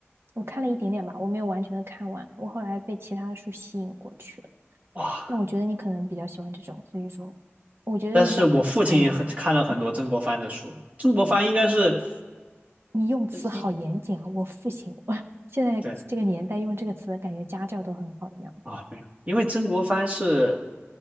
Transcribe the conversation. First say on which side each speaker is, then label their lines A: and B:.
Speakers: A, on the right; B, on the right.
A: 我看了一点点吧，我没有完全的看完，我后来被其他的书吸引过去了。
B: 哇！
A: 但我觉得你可能比较喜欢这种，所以说，我觉得有两个字还蛮好。
B: 但是我父亲也很看了很多曾国藩的书，
A: 嗯，
B: 曾国藩应该是
A: 你用词好严谨啊，
B: 一
A: 我父亲，<laughs> 我现在这个年代用这个词，
B: 对
A: 感觉家教都很好一样。
B: 啊，没有，因为曾国藩是